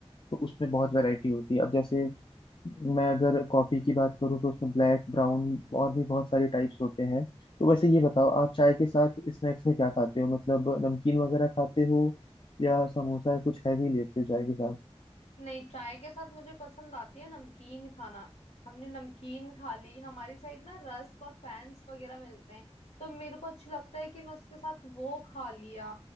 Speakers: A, on the left; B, on the left.
A: तो उसमें बहुत वैरायटी
B: हाँ
A: होती है अब जैसे मैं अगर कॉफी की बात करूँ तो उसमें ब्लैक ब्राउन और भी बहुत सारे टाइप्स होते हैं तो वैसे ये बताओ आप चाय के साथ स्नैक्स में क्या खाते हो मतलब नमकीन वगैरह खाते हो या समोसा या कुछ हैवी लेते हो चाय के साथ
B: नहीं चाय के साथ मुझे पसंद आती है नमकीन खाना हमने नमकीन खा ली हमारी साइड ना रस्क और फैंस वगैरह मिलते हैं तो मेरे को अच्छी लगता है कि मैं उसके साथ वो खा लिया